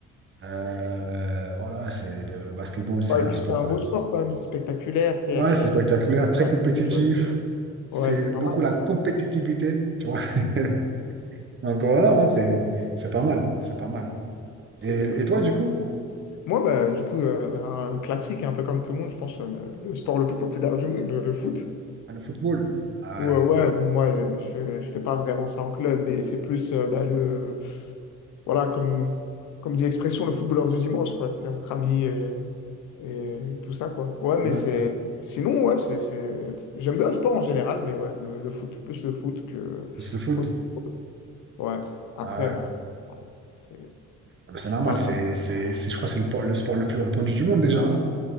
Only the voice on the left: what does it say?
Ouais,
et puis
c'est un
beau sport quand même, c'est spectaculaire, tu sais,
il y a des
euh,
pattes
rouges, c'est euh,
ouais, c'est pas
mal.
<laughs>
Non, c'est
c'est
bien.
Moi, bah, du coup, euh, un classique, un peu comme tout le monde, je pense, euh, le sport le plus populaire du monde, le foot.
Ouais, ouais, bon, moi, euh, je, fais- je fais pas vraiment ça en club, mais c'est plus, euh, bah, le, voilà, comme, comme dit l'expression, le footballeur du dimanche, quoi, tu sais, entre amis et, et tout ça, quoi. Ouais, mais
c'est,
sinon, ouais, c'est, c'est- j'aime bien le sport en général, mais ouais, le, le foot, plus le foot que,
foot. ouais. Après,
bah,
voilà, c'est
pas
vraiment-